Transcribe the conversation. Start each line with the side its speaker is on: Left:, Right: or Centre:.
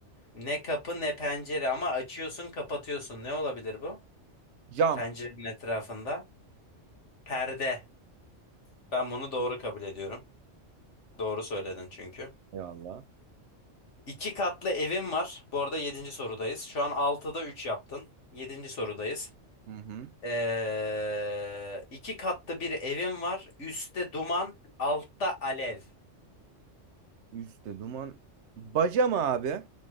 Left: Ne kapı ne pencere ama açıyorsun kapatıyorsun. Ne olabilir bu?
Right: Cam.
Left: Pencerenin etrafında. Perde. Ben bunu doğru kabul ediyorum. Doğru söyledin çünkü.
Right: Eyvallah.
Left: İki katlı evim var. Bu arada yedinci sorudayız. Şu an altıda 3 yaptın. Yedinci sorudayız.
Right: Hı hı.
Left: Ee, iki katlı bir evim var. Üstte duman, altta alev.
Right: Üste duman. Baca mı abi?